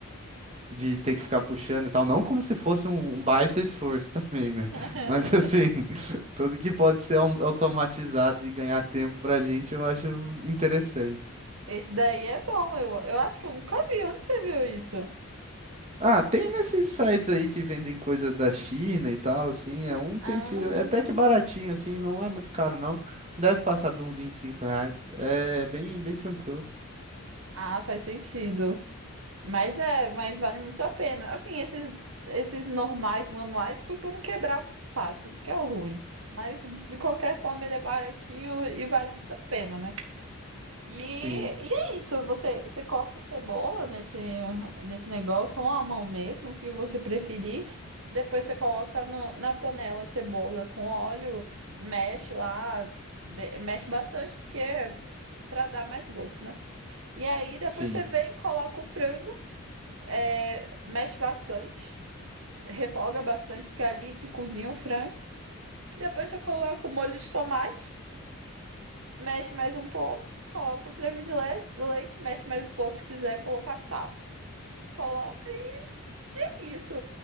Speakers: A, on the right; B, on the right.
A: de ter que ficar puxando e tal. Não como se fosse um, um baita esforço <laughs> também, né?
B: <laughs>
A: Mas assim, <laughs> tudo que pode ser au- automatizado e ganhar tempo pra gente, eu acho interessante.
B: Esse daí é bom. Eu, eu acho que eu nunca vi. Onde você viu isso?
A: Ah, tem nesses sites aí que vendem coisa da China e tal, assim, é um utensílio,
B: Ah,
A: é até que baratinho, assim, não é muito caro, não. Deve passar de uns 25 reais. É bem, bem tranquilo.
B: ah, faz sentido. Mas é, mas vale muito a pena. Assim, esses esses normais manuais costumam quebrar muito fácil, isso que é o ruim. Mas de de qualquer forma ele é baratinho e vale muito a pena, né? E,
A: Sim,
B: e é isso, você, você corta a cebola nesse, nesse negócio, ou a mão mesmo, o que você preferir. Depois você coloca no- na panela a cebola com óleo, mexe lá, de- mexe bastante, porque para dar mais gosto, né? E aí depois
A: sim.
B: você vem, coloca o frango, é, mexe bastante, refoga bastante, porque é ali que cozinha o frango. Depois você coloca o molho de tomate mexe mais um pouco, coloca o creme de le- leite, mexe mais um pouco se quiser colocar sal. Coloca e é isso.